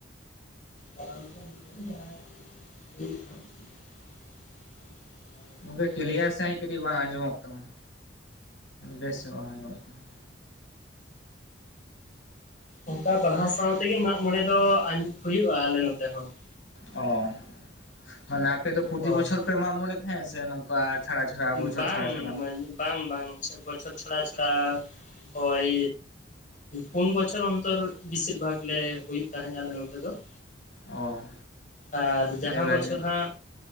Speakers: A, on the left (about 45°); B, on the left (about 90°).
A: ᱯᱦᱟᱣ ᱠᱟᱛᱮ ᱦᱩᱭᱩᱜᱼᱟ <unintelligible>
B: ᱜᱚᱝᱠᱮ ᱠᱤᱞᱭᱟᱨ ᱥᱟᱺᱦᱤᱡ ᱠᱟᱹᱴᱤᱡ ᱵᱟᱝ ᱟᱸᱡᱚᱢᱚᱜ ᱠᱟᱱᱟ, ᱵᱮᱥ ᱧᱚᱜ ᱵᱟᱝ ᱟᱸᱡᱚᱢᱚᱜ ᱠᱟᱱᱟ ᱾
A: ᱚᱝᱠᱟ ᱵᱟᱦᱟ ᱥᱟᱶᱛᱮᱜᱮ ᱢᱟᱸᱜᱢᱚᱬᱮ ᱫᱚ ᱟ ᱦᱩᱭᱩᱜ ᱟᱞᱮ ᱱᱚᱛᱮ ᱦᱚᱸ ᱾
B: ᱦᱚᱸ, ᱢᱟᱱᱮ ᱟᱯᱮ ᱫᱚ ᱯᱨᱚᱛᱤ
A: ᱦᱳᱭ
B: ᱵᱚᱪᱷᱚᱨ ᱯᱮ ᱢᱟᱸᱜ ᱢᱚᱬᱮ ᱛᱟᱦᱮᱸ ᱥᱮ ᱚᱱᱮᱼᱼ ᱠᱟ ᱪᱷᱟᱲᱟ ᱪᱷᱟᱲᱟ,
A: ᱵᱟᱝ
B: ᱵᱚᱪᱷᱚᱨ ᱪᱷᱟᱲᱟ ᱪᱷᱟᱲᱟ ᱾
A: ᱵᱟᱝ ᱵᱟᱝ ᱾ ᱯᱚᱱ ᱵᱚᱪᱷᱚᱨ ᱪᱷᱲᱟ ᱪᱷᱲᱟ ᱳᱭᱼᱼ ᱯᱩᱱ ᱵᱚᱪᱷᱚᱨ ᱚᱱᱛᱚᱨ ᱵᱤᱥᱤᱨ ᱵᱷᱟᱜᱽ ᱞᱮ ᱦᱩᱭᱩᱜ ᱛᱟᱦᱮᱸᱜ ᱟᱞᱮ ᱱᱚᱛᱮ ᱫᱚ ᱾
B: ᱚ
A: ᱟᱨ ᱡᱟᱸᱦᱟᱸ
B: ᱟᱹᱰᱤ ᱵᱷᱟᱜᱮ
A: ᱵᱚᱪᱷᱚᱨ ᱦᱟᱸᱜᱼᱼ